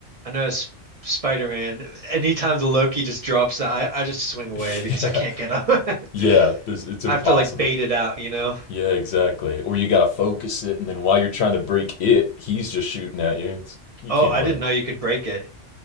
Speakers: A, on the right; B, on the left.
A: I know as Spider-Man, anytime the Loki just drops that, I, I just swing away
B: Yeah,
A: because I can't get up. <laughs>
B: yeah, there's, it's impossible.
A: I have to like bait it out, you know?
B: Yeah, exactly. Or you gotta focus it, and then while you're trying to break it, he's just shooting at you. It's, you
A: Oh,
B: can't
A: I
B: win.
A: didn't know you could break it.